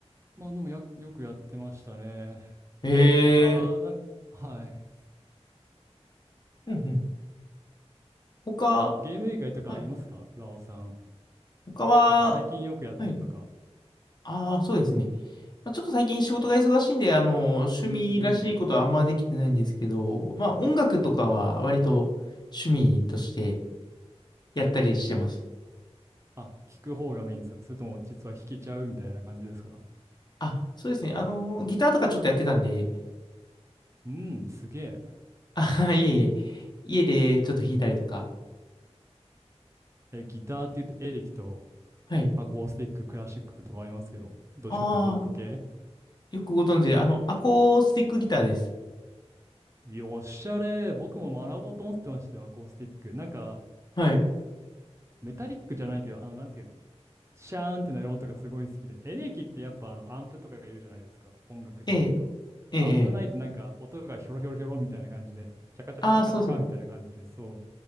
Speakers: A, on the right; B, on the left.
A: まあ、でもや、よくやってましたね。
B: ええ
A: え、他、なんか、はい。
B: うんうん。他、
A: ゲーム以外とかありますか岩尾さん。
B: はい。他は、
A: なんか最近よくやってるとか。
B: はい。ああ、そうですね。まあ、ちょっと最近仕事が忙しいんで、あの、趣味らしいことはあんまできてないんですけど、
A: うんうん。
B: まあ、音楽とかは割と趣味としてやったりしてます。
A: あ、聞く方がメインですかそれとも実は弾けちゃうみたいな感じですか
B: あ、そうですね。あの、ギターとかちょっとやってたんで、
A: うん、すげえ。
B: <laughs> あはは、いえいえ。家でちょっと弾いたりとか。
A: え、ギターって言うとエレキと
B: はい。
A: アコースティック、クラシックとかありますけど、どっちかっていうとロック系
B: ああ、よくご存知で、あの、アコースティックギターです。
A: よっしゃれー。僕も学ぼうと思ってましたよ、アコースティック。なんか、
B: はい。
A: メタリックじゃないけど、あの、なんていうのシャーンってなる音がすごい好きで。エレキってやっぱあのアンプとかがいるじゃないですか。音楽で言うと。
B: ええ、ええ、
A: アンプないとなんか音がヒョロヒョロヒョロみたいな感じで、
B: ええ。
A: チャカチャカチャカチャカみたいな感じで、
B: ああ、そうそう。
A: そう。